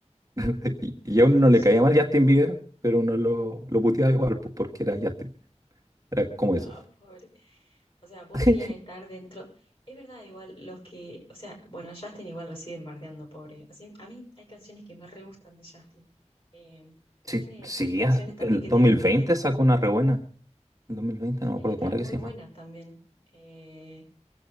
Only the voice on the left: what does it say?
Ah,
Justin
está.
No,
pobre. O sea, vos
querías estar dentro. Es verdad, igual los que. O sea, bueno, a Justin igual lo siguen bardeando, pobre. Así, a mí hay canciones que me re gustan de Justin. Eh,
y tiene,
hay canciones
también
que
tiene, le-
tiene
letras
muy
buenas
también. Eh,